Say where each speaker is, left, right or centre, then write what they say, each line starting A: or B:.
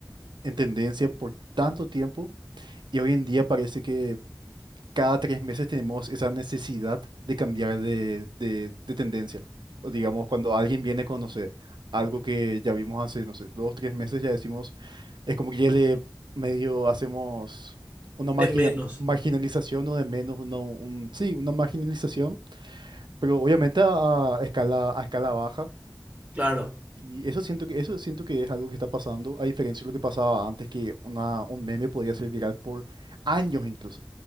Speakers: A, on the right; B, on the right.
A: en tendencia por tanto tiempo y hoy en día parece que cada tres meses tenemos esa necesidad de cambiar de, de, de tendencia. O digamos, cuando alguien viene con, no sé, algo que ya vimos hace, no sé, dos, tres meses, ya decimos, es como que ya le medio hacemos una margina-
B: De menos,
A: marginalización o de menos, uno, un, sí, una marginalización, pero obviamente a, a escala, a escala baja.
B: claro.
A: Y eso siento que, eso siento que es algo que está pasando, a diferencia de lo que pasaba antes, que una, un meme podía ser viral por años incluso.